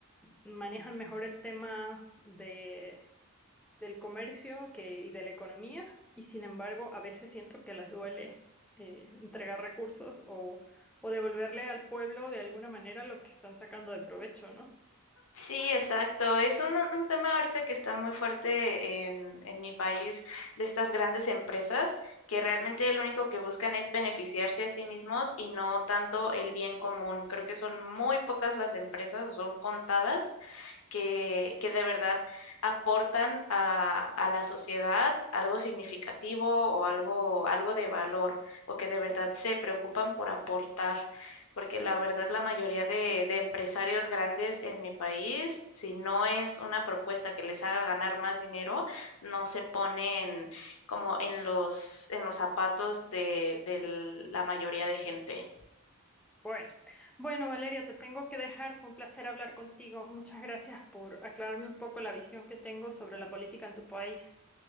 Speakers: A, in the centre; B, on the left.
A: manejan mejor el tema de, del comercio que, y de la economía, y sin embargo a veces siento que les duele eh, entregar recursos o, o devolverle al pueblo de alguna manera lo que están sacando de provecho, ¿no?
B: Sí, exacto. Es un, un tema ahorita que está muy fuerte en, en mi país de estas grandes empresas que realmente lo único que buscan es beneficiarse a sí mismos y no tanto el bien común. Creo que son muy pocas las empresas o son contadas que, que de verdad aportan a, a la sociedad algo significativo o algo, algo de valor o que de verdad se preocupan por aportar porque la verdad la mayoría de, de empresarios grandes en mi país, si no es una propuesta que les haga ganar más dinero, no se ponen como en los, en los zapatos de, de la mayoría de gente.
A: Bueno, bueno, Valeria, te tengo que dejar. Fue un placer hablar contigo. Muchas gracias por aclararme un poco la visión que tengo sobre la política en tu país.